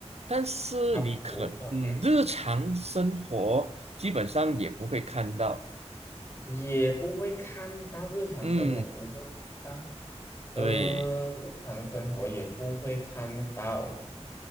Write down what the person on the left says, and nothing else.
它不算，嗯，
也不会看到日常生活不会看到，
呃，
日常生活也不会看到。